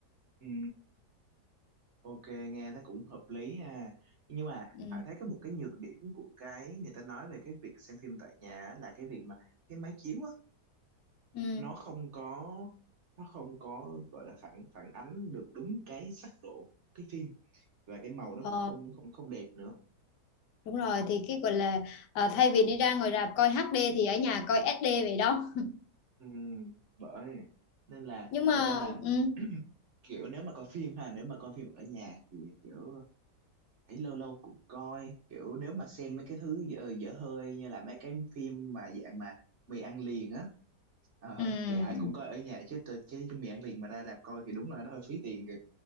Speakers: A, on the right; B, on the left.
A: ừ. Ok, nghe nó cũng hợp lý ha. Nhưng mà
B: ừ.
A: Hải thấy có một cái nhược điểm của cái người ta nói về cái việc xem phim tại nhà á, là cái việc mà cái máy chiếu á
B: Ừ.
A: nó không có nó không có gọi là phản phản ánh được đúng cái sắc độ của cái phim và cái màu nó
B: Ờ,
A: cũng không không không đẹp nữa.
B: đúng rồi thì cái gọi là à, thay vì đi ra ngoài rạp coi HD thì ở nhà coi SD vậy đó
A: Ừm, bởi nên là
B: nhưng mà
A: thật ra là
B: ừ
A: <clears throat> kiểu nếu mà coi phim ha, nếu mà coi phim ở nhà thì kiểu ấy lâu lâu cũng coi kiểu nếu mà xem mấy cái thứ dở, dở hơi như là mấy cái phim mà dạng mà mì ăn liền á ờ,
B: ừ
A: thì ai cũng coi ở nhà chứ tờ- chứ cái mì ăn liền mà ra rạp coi thì đúng là nó hơi phí tiền kìa